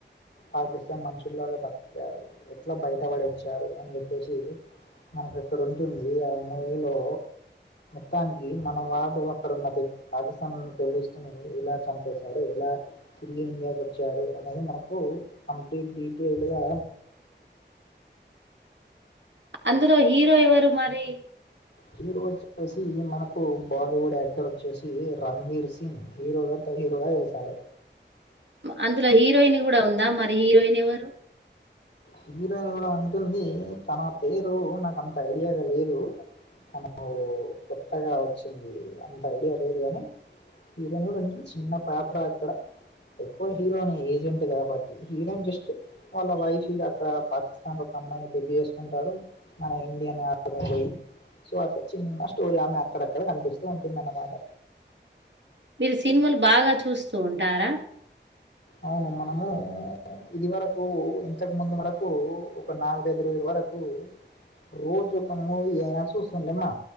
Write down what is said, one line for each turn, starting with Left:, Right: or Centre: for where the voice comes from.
Left: పాకిస్తాన్ మనుషులాగా బతికారు ఎట్లా బయటపడి వచ్చారు అని చెప్పేసి మనకు అక్కడ ఉంటుంది ఆ మూవీలో మొత్తానికి మన వాడు అక్కడున్న పాకిస్తాన్లో ఉన్న టెర్రరిస్టుని ఎలా చంపేశాడు ఎలా తిరిగి ఇండియాకి వచ్చాడు అనేది మనకు కంప్లీట్ డీటెయిల్గా
Right: అందులో హీరో ఎవరు మరి
Left: హీరో వచ్చేసి మనకు బాలీవుడ్ యాక్టర్ వచ్చేసి రణవీర్ సింగ్ హీరోగా హీరోగా చేసాడు
Right: అందులో హీరోయిన్ కూడా ఉందా మరి హీరోయిన్ ఎవరు
Left: హీరోయిన్ కూడా ఉంటుంది తన పేరు నాకు అంత ఐడియా లేదు తను కొత్ త్తగా వచ్చింది అ ఐడియా లేదు గాని హీరోయిన్ కూడా ఉంది చిన్న పాప అక్కడ అక్కడ ఎక్కువ హీరోయినే ఏజెంట్ కాబట్టి హీరోయిన్ జస్ట్ వళ్ళభయి ఫిదా అక్కడ పాకిస్తాన్ ఒక అమ్మాయిని పెళ్లి చేసుకుంటాడు మన ఇండియన్ ఆర్మీ పోయి సో అట్లా చిన్న స్టోరీ ఆమె అక్కడక్కడ కనిపిస్తూ ఉంటుందన్నమాట
Right: మీరు సినిమాలు బాగా చూస్తూ ఉంటారా
Left: అవును మనము ఇది వరకు ఇంతకు ముందు వరకు ఒక నాలుగైదు రోజుల వరకు రోజు ఒక మూవీ అయినా చూస్తుండ అమ్మా